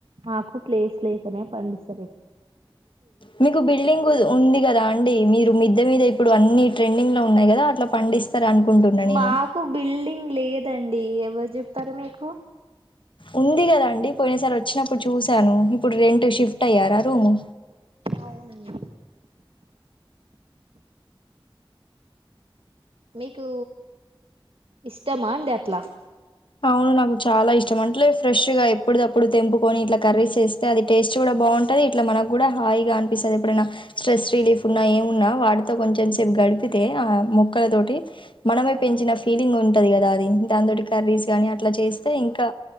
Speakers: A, on the right (about 90°); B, on the left (about 65°).
A: మాకు ప్లేస్ లేకనే పండిస్
B: మీకు బిల్డింగ్ ఉంది గదా అండి మీరు మీద్ద మీద ఇప్పుడు అన్ని ట్రై ఎండింగ్ లో ఉన్నాయి గదా అట్లా పండిస్తారు అనుకుంటున్నా నేను
A: మాకు బిల్డింగ్ లేదండి ఎవరు చెప్పారు మీకు
B: ఉంది కదా అండి పోయినసార్ వచ్చినప్పుడు చూస్ చ్చాను ఇప్పుడు రెంట్ షిఫ్ట్ అయ్యారా రూము
A: అవునండి మీకు ఇష్టమా అండి అట్లా
B: అవును నాకు చాలా ఇష్టం అంటలే ఫ్రెష్ గా ఎప్పుడు దప్పుడు తెంపుకొని ఇట్లా కర్రీస్ చెస్తే అది టేస్ట్ చూడ బాంటది ఇట్లా మన కూడా హాయిగా అనిపిస్తది ఎప్పుడైనా స్ట్రెస్ రిలీఫ్ ఉన్నా ఏ ఉన్నా వాటితో కొంచె చేపు గడిపితే ఆ మొక్కల తొటి మనమె పెంచిన ఫీలింగ్ ఉంటది గదా అది దాన్ తోటి కర్రీస్ గానీ అట్లా చేస్తే ఇంకా